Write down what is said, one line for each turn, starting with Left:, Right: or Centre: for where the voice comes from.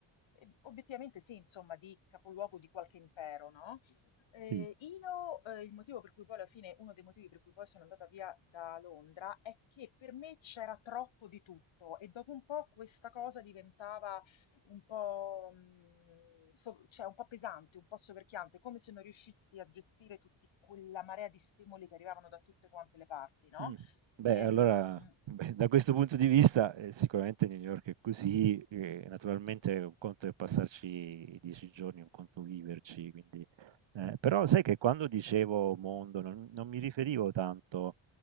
Left: eh, obiettivamente sì, insomma, di capoluogo di qualche impero, no? Eh,
Right: sì,
Left: io, eh, il motivo per cui poi alla fine, uno dei motivi per cui poi sono andata via da Londra è che per me c'era troppo di tutto e dopo un po' questa cosa diventava un po', mh, so- cioè un po' pesante, un po' soverchiante, come se non riuscissi a gestire tutta quella marea di stimoli che arrivavano da tutte quante le parti, no?
Right: Mh. Beh,
Left: Ehm,
Right: allora, beh, da questo punto di vista, ehm, sicuramente New York è così, ehm, naturalmente un conto è passarci 10 giorni, un conto viverci, quindi ehm, però sai che quando dicevo mondo non non mi riferivo tanto